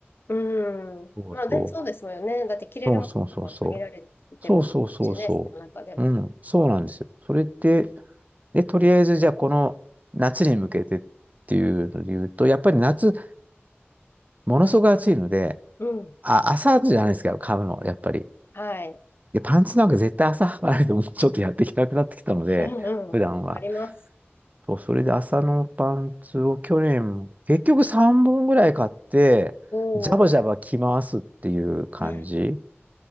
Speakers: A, on the left; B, on the right.
A: うんまあ、
B: そうそう。
A: で、そうですよね。だって着れるものが限られてますしね、
B: そうそうそうそう。そうそうそうそう。
A: その中でも。
B: うん、そうなんですよ。それって、で、とりあえずじゃあこの夏に向けてっていうので言うと、やっぱり夏、ものすごく暑いので、
A: うん。
B: あ、朝じゃないですか、買うの、やっぱり。
A: はい。
B: で、パンツなんか絶対朝履かないともうちょっとやっていけなくなってきたので、
A: うん、うん。
B: 普段は。
A: あります。
B: そう、それで朝のパンツを去年、結局3本ぐらい買って、
A: おお、
B: ジャバジャバ着回すっていう感じ。
A: うん